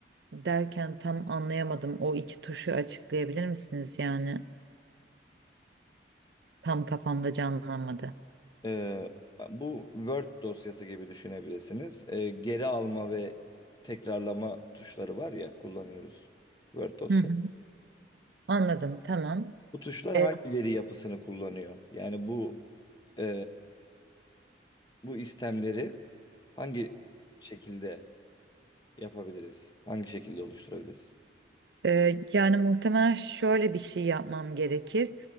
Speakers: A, on the right; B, on the left.
A: derken tam anlayamadım. O iki tuşu açıklayabilir misiniz? Yani tam kafamda canlanmadı.
B: Ee, bu Word dosyası gibi düşünebilirsiniz. Ee, geri alma ve tekrarlama tuşları var ya kullanıyoruz Word dosya.
A: Hı hı. Anladım, tamam.
B: Bu tuşlar
A: Ee,
B: hangi veri yapısını kullanıyor? Yani bu e, bu istemleri hangi şekilde yapabiliriz? Hangi şekilde oluşturabiliriz?
A: Ee, yani muhtemelen şöyle bir şey yapmam gerekir.